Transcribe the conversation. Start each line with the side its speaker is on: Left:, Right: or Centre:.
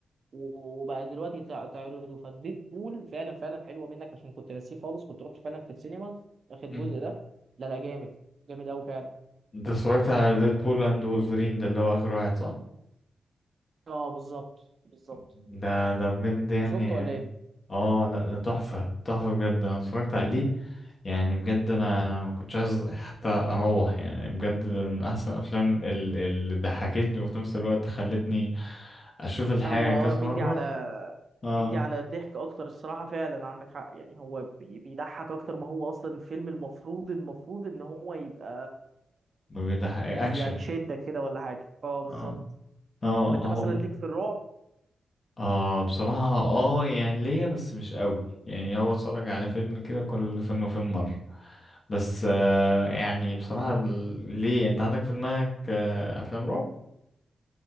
Right: وبقى دلوقتي تع- تعرضه فديد بول فعلا فعلا حلوه منك عشان كنت ناسيه خالص كنت رحت فعلا في السينما اخر جزء
Left: مم.
Right: ده لا لا جامد جامد قوي فعلا
Left: انت اتفرجت على ديدبول اند وولفرين ده اللي هو اخر واحد صح
Right: اه بالظبط بالظبط
Left: ده ده بجد يعني
Right: انت شفته ولا ايه؟
Left: اه لا ده تحفة تحفة بجد انا اتفرجت عليه يعني بجد انا انا ما كنتش عايز حتى اروح يعني بجد من احسن افلام ال- اللي ضحكتني وفي نفس الوقت خلتني اشوف الحاجة
Right: هو اه
Left: كذا
Right: مدي
Left: مرة
Right: على
Left: اه
Right: بيدي على الضحك اكتر الصراحه فعلا عندك حق يعني هو بي- بيضحك اكتر ما هو اصلا الفيلم المفروض المفروض ان هو يبقى
Left: ما بيضحك اكشن
Right: يعني شدك كده ولا حاجه اه بالظبط
Left: اه اه
Right: طب انت
Left: اهو
Right: مثلا ليك في الرعب
Left: اه بصراحة اه يعني ليا بس مش قوي يعني هو اتفرج على فيلم كده كل فين وفين مرة بس آه يعني بصراحة ال- ليه انت عندك في دماغك آه افلام رعب